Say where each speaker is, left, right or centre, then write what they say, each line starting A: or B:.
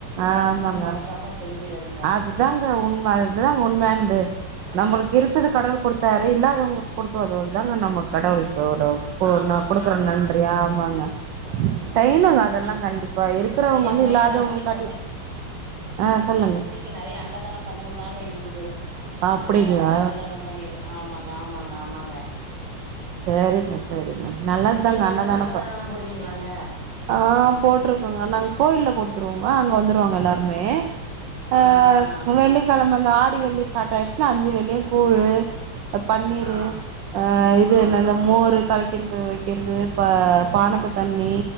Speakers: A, on the right (about 65°); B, on the right (about 20°).
A: ஆ
B: அது மட்டு
A: ஆமாங்க
B: நாங்க மறக்காம செய்ஞ்சிர்றது
A: அதுதாங்க உண்ம அதுதாங்க உண்மயானது
B: ம்
A: நம்ளுக் இருக்குது கடவுள் கொடுத்தாரு இல்லாதவங்களுக்கு குடுத்து ஒதவுறதுதாங்க நம்ம கடவுளுக் கூடு இப்போ
B: ஆமாங்க
A: நா குடுக்குற
B: ஆமாங்க
A: நன்றியா ஆமாங்க செய்னுங்க அதெல்லா
B: ஆ
A: கண்டிப்பா இருக்கறவங்க
B: அது என்
A: வந்து
B: பைய
A: இல்லாதவங்க
B: ராசிக்கு
A: காட்டி ஆ சொல்லுங்க
B: இங்க நெறைய அன்னதானம் பண்ணு தாங்க இருக்குது
A: அப்படிங்களா
B: அதனால நாங்க அன்னதானம் பண்ணிர்லா ஆமாங்க ஆமாங்க ஆமாங்க
A: சேரிங்க சேரிங்க நல்லதுதாங்க
B: நீங்க
A: அண்ணதானொ
B: ஏதாவது அன்னதானல்லா
A: பா
B: போடுவீங்களாங்க
A: ஆ போட்ருக்கோங்க நாங்க கோயில்ல குடுத்துருவோங்க அங்க வந்துருவாங்க எல்லாருமே
B: ஆ
A: அ
B: ஆ
A: வெள்ளிக் கிழமல வந்து ஆடி வெள்ளி ஸ்டார்ட் ஆயிடுச்சுன்னா அஞ்சு வெள்ளியும் கூழு அ பன்னீரு
B: ஆ
A: ஆ இது
B: ஆ
A: அந்த மோர் கலக்கின் போய் வைக்கிறது ப பானக்கு
B: ஆ
A: தண்ணி